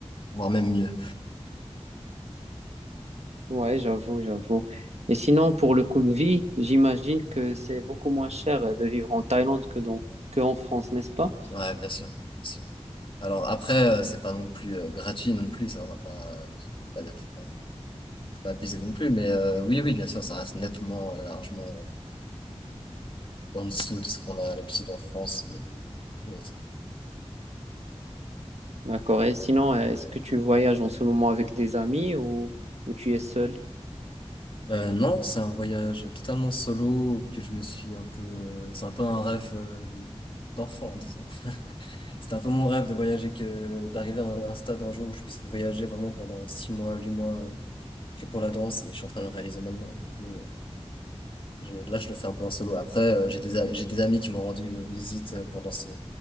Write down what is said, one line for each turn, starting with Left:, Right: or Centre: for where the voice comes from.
Left: voire même mieux.
Right: Ouais, j'avoue, j'avoue. Et sinon, pour le coût de vie, j'imagine que c'est beaucoup moins cher euh, de vivre en Thaïlande que dans, que en France, n'est-ce pas?
Left: Ouais, bien sûr. bien sûr. Alors après, euh, c'est pas non plus euh, gratuit non plus. Ça, on va pas, faut pas, faut pas, faut pas abuser non plus. Mais euh, oui, oui, bien sûr, ça reste nettement, euh, largement. en dessous de ce qu'on a l'habitude en France. euh, ou autre.
Right: D'accord. Et sinon, est-ce que tu voyages en ce moment avec des amis ou, ou tu es seul?
Left: Euh, non, c'est un voyage totalement solo que je me suis un peu. euh, c'est un peu un rêve euh, d'enfant, disons. <laughs> C'était un peu mon rêve de voyager que d'arriver à un, un stade un jour où je puisse voyager vraiment pendant six mois, huit mois euh, que pour la danse et je suis en train de le réaliser maintenant. Du coup, euh, je- là, je le fais un peu en solo. Après, euh, j'ai des a- j'ai des amis qui m'ont rendu euh, visite euh, pendant ce,